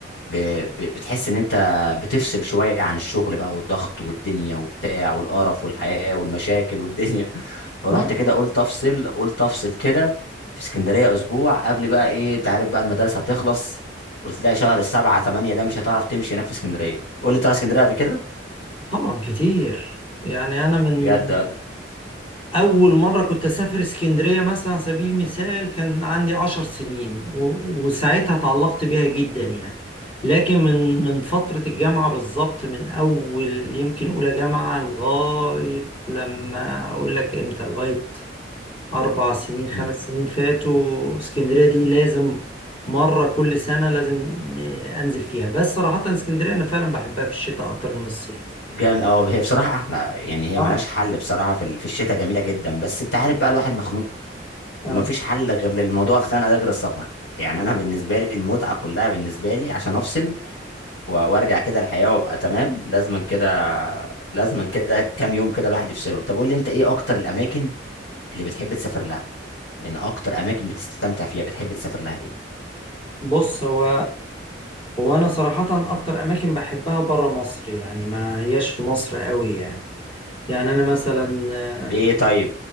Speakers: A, on the left; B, on the left.
A: ب... ب... بتحس ان انت بتفصل شويه عن الشغل بقى والضغط والدنيا وبتاع والقرف والحياه والمشاكل والدنيا <laughs> فرحت
B: آه،
A: كده قلت افصل قلت افصل كده في اسكندريه اسبوع قبل بقى ايه انت عارف بقى المدارس هتخلص وتلاقي شهر سبعة تمانية ده مش هتعرف تمشي هناك في اسكندريه قول لي تروح اسكندريه قبل كده
B: طبعا كتير يعني أنا من
A: بجد
B: أول مرة كنت أسافر اسكندرية مثلا على سبيل المثال كان عندي عشر سنين و- وساعتها تعلقت بيها جدا يعني لكن من من فترة الجامعة بالظبط من أول يمكن أولى جامعة لغاية لما أقول لك إمتى لغاية أربع سنين خمس
A: ولا؟
B: سنين فاتوا اسكندرية دي لازم مرة كل سنة لازم ن- أنزل فيها بس صراحة اسكندرية أنا فعلا بحبها في الشتاء أكتر من الصيف
A: جامد اه هي بصراحة أحلى يعني هي
B: آه
A: ملهاش حل بصراحة في ال- في الشتاء جميلة جدا بس أنت عارف بقى الواحد مخنوق ومفيش
B: آه.
A: حل غير للموضوع الخنقة ده غير السفر يعني أنا بالنسبة لي المتعة كلها بالنسبة لي عشان أفصل و- وأرجع كده الحياة وأبقى تمام لازم كده لازم كده كام يوم كده الواحد يفصله طب قول لي أنت إيه أكتر الأماكن اللي بتحب تسافر لها يعني أكتر أماكن بتستمتع فيها بتحب تسافر لها إيه؟
B: بص هو هو انا صراحة اكتر اماكن بحبها برا مصر يعني ما هياش في مصر قوي يعني يعني انا مثلا
A: بإيه
B: آه،
A: طيب؟